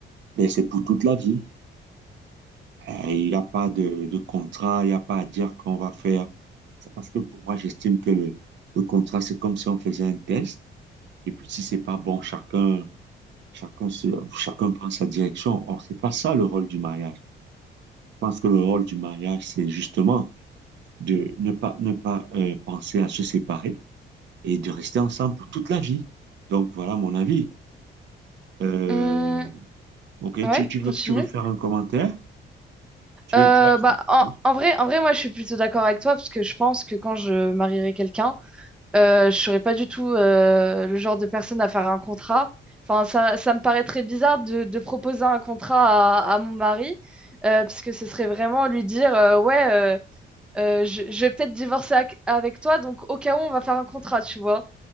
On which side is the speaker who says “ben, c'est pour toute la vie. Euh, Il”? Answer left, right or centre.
Right